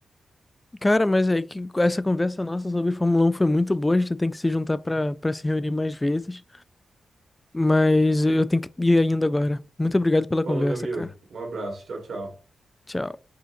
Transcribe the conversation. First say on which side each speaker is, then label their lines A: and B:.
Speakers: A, on the left; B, on the right.
A: Cara, mas é que essa conversa nossa sobre Fórmula um foi muito boa. A gente tem que se juntar pra para se reunir mais vezes. Mas eu tenho que ir ainda agora. Muito obrigado pela
B: Falou,
A: conversa,
B: meu amigo.
A: cara.
B: Um abraço. Tchau, tchau.
A: Tchau.